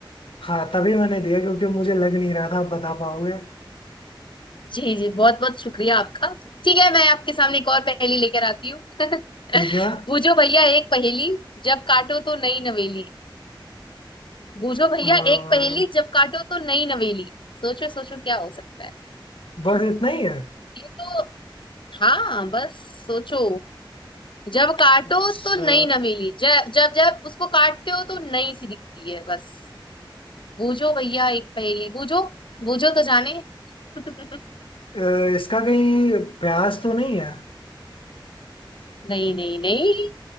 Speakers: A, on the left; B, on the left.
A: हाँ तभी मैंने दिया क्योंकि मुझे लग नहीं रहा था आप बता पाओगे
B: जी जी बहुत बहुत शुक्रिया आपका ठीक है मैं आपके सामने एक और पहेली लेकर आती हूँ <laughs>
A: ठीक है
B: बूझो भैया एक पहेली जब काटो तो नई नवेली बूझो भैया
A: अ,
B: एक पहेली जब काटो तो नई नवेली सोचो सोचो क्या हो सकता है
A: बस इतना ही है
B: ये तो हाँ बस सोचो जब काटो
A: अच्छा
B: तो नई नवेली जब जब जब उसको काटते हो तो नई सी दिखती है बस बूझो भैया एक पहेली बूझो बूझो तो जाने <laughs>
A: अ, इसका कहीं प्याज तो नहीं है
B: नहीं नहीं नहीं